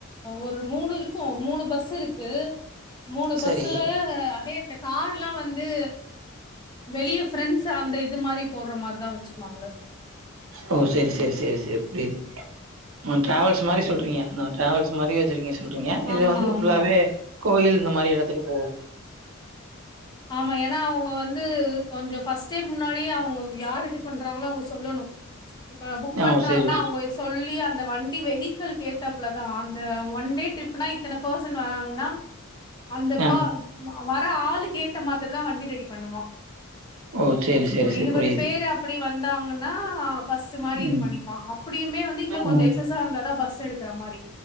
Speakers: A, on the left (about 20°); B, on the right (about 70°).
A: ஒரு மூணு இரு க்கு மூணு பஸ் இருக்கு மூணு பஸ்ஸுல
B: சரி
A: அதே இந்த கார்லா வந்து வெளிய ஃபிரெண்ட்ஸ் அந்த இது மாரி போட்ற மார்தா வச்சுக்குனாங்க
B: ஓ சேரி சேரி சேரி சேரி புரியிது ம் ட்ராவல்ஸ் மாரி சொல்றீங்க ம் ட்ராவல்ஸ் மாரி வச்சிரு ங்க சொல்றீங்க இது
A: ஆமா
B: வந்து
A: ஆமா
B: ஃபுல்லாவே கோயில் இந்த மாரி எடத்துக்கு போவோ
A: ஆமா ஏனா அவுங்க வந்து கொஞ்சொ ஃபஸ்ட் டைம் முன்னாடியே அவுங்க யாருது பண்றாங்களோ அவுங்க சொல்லணு இப்ப புக்
B: ஆ
A: பண்றாங்கனா
B: சரி.
A: அவுங்க சொல்லி அந்த வண்டி வெஹிக்கிலுக்கு ஏத்தாப்புலதா அந் த ஒன் டே ட்ரிப்னா இத்தன பர்சன் வராங்கன்னா அந்த
B: ஆ.
A: பா ம வர ஆளுக்கே த்தமாதிரி தா வண்டி ரெடி பண்ணுவா
B: ஓ! சரி, சரி,
A: ஒரு
B: சரி.
A: இருவது
B: புரியுது.
A: பேரு அப்புடி வந் தாங்கன்னா பஸ்ஸு மாரி இது
B: ம்,
A: பண்ணிப்பா அப்புடியுமே வந்து இங்க கொஞ்ச
B: ம்.
A: எக்ஸசா இருந்தாதா பஸ் எடுக்குற மாரி